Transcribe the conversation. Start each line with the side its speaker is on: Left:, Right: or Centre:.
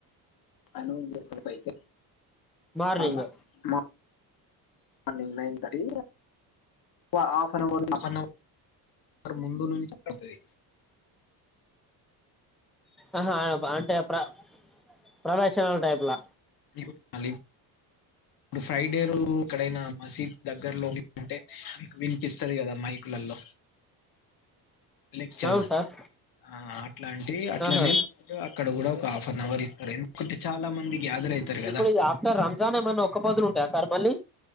Left: అన్ని చేస్తారు అయితే,
Centre: మార్నింగ్
Left: ఆ మా morning nine thirty half an hour, half an hour ముందు నుంచి అవుతది.
Centre: ఆహా అంటే, ప్ర ప్రవచనాల టైప్లా.
Left: ఈపొద్దు మళ్ళీ ఇప్పుడు ఫ్రైడే రోజు ఎక్కడైనా మసీద్ దగ్గరలోనె ఉంటే, విన్ పిస్తది కదా మైకులల్లో. లెక్చరు.
Centre: అవును సార్
Left: ఆ అట్లాంటివి అట్ల
Centre: ఆహా
Left: నేల్ కు అట్ అక్కడ కూడ ఒక హాఫ్ అన్ అవర్ ఇత్తారు. ఎందుకంటే, చాలా మంది గ్యాదర్ అవుతారు కదా
Centre: ఇప్పుడిగ ఆఫ్టర్ రంజాన్ ఏమన్న ఒక్కపొద్దులు ఉంటాయా సార్ మళ్ళీ?